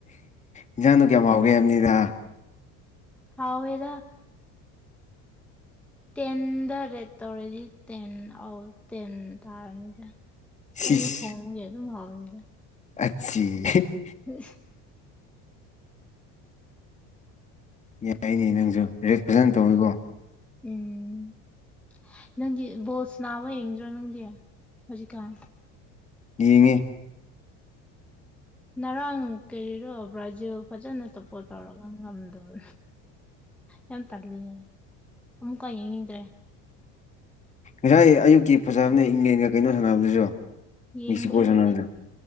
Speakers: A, on the left (about 20°); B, in the centre.
A: ꯏꯟꯖꯥꯡꯗꯣ ꯀꯌꯥꯝ ꯍꯥꯎꯒꯦ ꯍꯥꯏꯕꯅꯤꯗ
B: ꯍꯥꯎꯋꯦꯗ ꯇꯦꯟꯗ ꯔꯦꯠ ꯇꯧꯔꯗꯤ ꯇꯦꯟ ꯑꯥꯎ ꯇꯦꯟ ꯇꯥꯔꯅꯤꯗ
A: ꯁꯤꯁ
B: ꯑꯩꯅ ꯊꯣꯡꯕꯒꯤ ꯑꯗꯨꯝ ꯍꯥꯎꯏꯗ
A: <unintelligible>
B: ꯎꯝ
A: ꯌꯥꯏꯅꯦ ꯅꯪꯁꯨ ꯔꯦꯠ ꯐꯖꯅ ꯇꯧꯋꯤꯀꯣ
B: ꯎꯝ ꯅꯪꯗꯤ ꯕꯣꯜ ꯁꯥꯟꯅꯕ ꯌꯦꯡꯗ꯭ꯔꯣ ꯅꯪꯗꯤ ꯍꯧꯖꯤꯛꯀꯥꯟ
A: ꯌꯦꯡꯉꯦ
B: ꯅꯔꯥꯡ ꯀꯔꯤꯔꯣ ꯕ꯭ꯔꯥꯖꯤꯜ ꯐꯖꯅ ꯇꯣꯄꯣ ꯇꯧꯔꯝꯒ ꯉꯝꯗꯕ ꯌꯥꯝ ꯇꯜꯂꯤꯅꯦ ꯑꯃꯨꯛꯀ ꯌꯦꯡꯅꯤꯡꯗ꯭ꯔꯦ
A: ꯉꯁꯥꯏ ꯑꯌꯨꯛꯀꯤ ꯐꯖꯕꯅꯦ ꯏꯪꯂꯦꯟꯒ ꯀꯩꯅꯣ ꯁꯥꯟꯅꯕꯗꯨꯁꯨ
B: ꯌꯦꯡꯗ꯭ꯔꯦ
A: ꯃꯤꯁꯤꯀꯣꯒ ꯁꯥꯟꯅꯕꯗꯨ
B: ꯑꯩꯗꯤ